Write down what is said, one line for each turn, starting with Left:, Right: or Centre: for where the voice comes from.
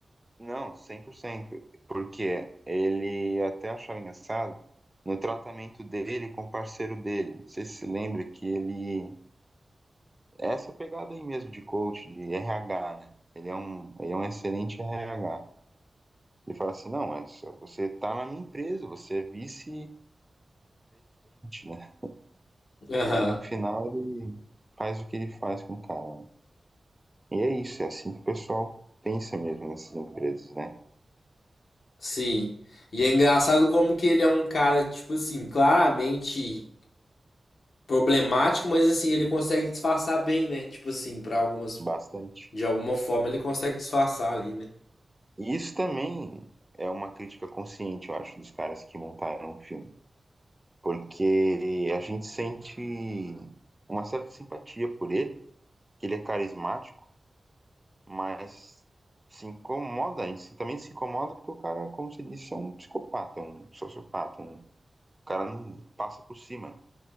Right: Não, cem por cento, Porque ele eu até achava engraçado no tratamento dele com o parceiro dele. Não sei se se lembra que ele. Essa pegada aí mesmo de coach, de RH, né? Ele é um, ele é um excelente RH. Ele fala assim: não, mas você tá na minha empresa, você é vice-presidente, né?
Left: Aham,
Right: Aí no final ele faz o que ele faz com o cara. E é isso, é assim que o pessoal pensa mesmo nessas empresas, né?
Left: sim. E é engraçado como que ele é um cara, tipo assim, claramente problemático, mas assim, ele consegue disfarçar bem, né? Tipo assim, pra algumas,
Right: Bastante.
Left: de alguma forma ele consegue disfarçar ali, né?
Right: E isso também é uma crítica consciente, eu acho, dos caras que montaram o filme. Porque a gente sente uma certa simpatia por ele, que ele é carismático, mas se incomoda, a gente também se incomoda porque o cara, como você disse, é um psicopata, um sociopata, um o cara não passa por cima, né?